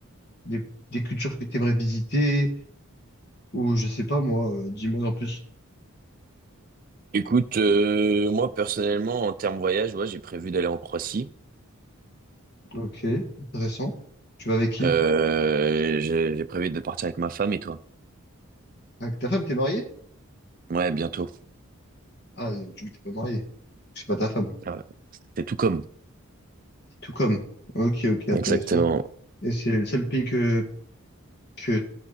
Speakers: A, on the left; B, on the right.
A: des, des cultures que tu aimerais visiter, ou je sais pas moi, euh, dis-moi en plus.
B: Écoute, euh, moi personnellement, en termes voyage, ouais, j'ai prévu d'aller en Croatie.
A: Ok, intéressant. Tu vas avec qui?
B: Euh, j'ai j'ai prévu de partir avec ma femme et toi.
A: Avec ta femme, t'es marié?
B: Ouais, bientôt.
A: Ah, euh, tu t'es pas marié. C'est pas ta femme.
B: Ah, C'est tout comme.
A: C'est tout comme. Ok, ok, intéressant.
B: Exactement.
A: Et c'est le seul pays que, que